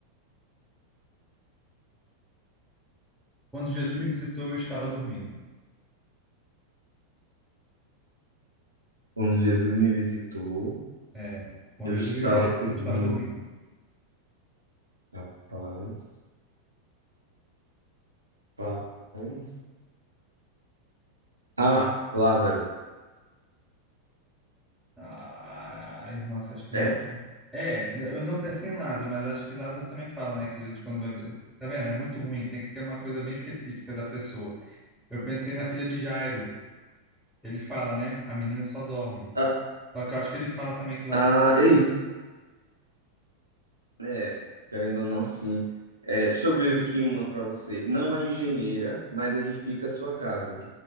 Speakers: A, in the centre; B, on the right (about 85°).
A: quando Jesus me visitou, eu estava dormindo.
B: Quando Jesus me visitou,
A: É, quando
B: eu estava
A: Jesus me visitou,
B: dormindo.
A: eu estava dormindo.
B: Rapaz, paz. Ah, Lázaro.
A: Ai, nossa, acho que foi
B: né?
A: É, eu não pensei em Lázaro, mas acho que Lázaro também fala, né, que Jesus quando vai... Tá vendo? É muito ruim, tem que ser uma coisa bem específica da pessoa. Eu pensei na filha de Jairo, que ele fala, né, a menina só dorme.
B: Ah,
A: Só que eu acho que ele fala também que Lázaro
B: ah, é isso. É, querendo ou não, sim. É, deixa eu ver aqui uma para você. Não é engenheira, mas edifica a sua casa.